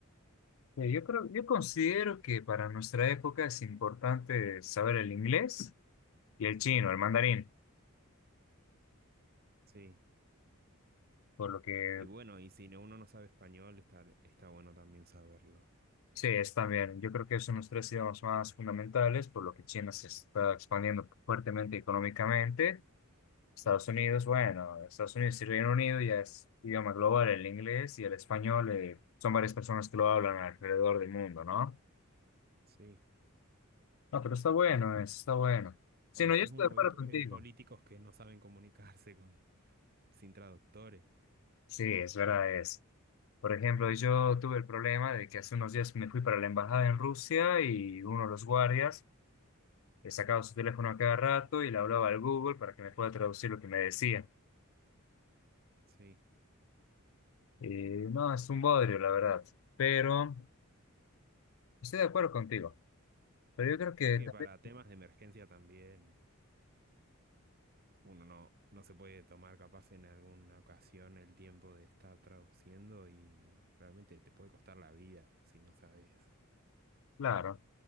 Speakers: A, on the left (about 65°); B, on the right (about 45°).
A: eh, yo creo, yo considero que para nuestra época es importante saber el inglés y el chino, el mandarín,
B: Sí.
A: por lo que
B: Y bueno, y si no- uno no sabe español, está, está bueno también saberlo.
A: sí, es también. Yo creo que son los tres idiomas más fundamentales, por lo que China se está expandiendo fuertemente económicamente Estados Unidos, bueno, Estados Unidos y Reino Unido ya es idioma global, el inglés y el español, eh, son varias personas que lo hablan alrededor del mundo, ¿no?
B: Sí.
A: No, pero está bueno, eso está bueno. Sí,
B: O
A: no,
B: después
A: yo estoy
B: uno
A: de acuerdo
B: ve po-
A: contigo.
B: eh, políticos que no saben comunicarse con, sin traductores.
A: Sí, es verdad es. Por ejemplo, yo tuve el problema de que hace unos días me fui para la embajada en Rusia y uno de los guardias le sacaba su teléfono a cada rato y le hablaba al Google para que me pueda traducir lo que me decía.
B: Sí.
A: Y no, es un bodrio, la verdad. Pero estoy de acuerdo contigo. Pero yo creo que
B: Es que
A: también
B: para temas de emergencia también uno no, no se puede tomar capaz en alguna ocasión el tiempo de estar traduciendo y realmente te puede costar la vida si no sabes.
A: Claro.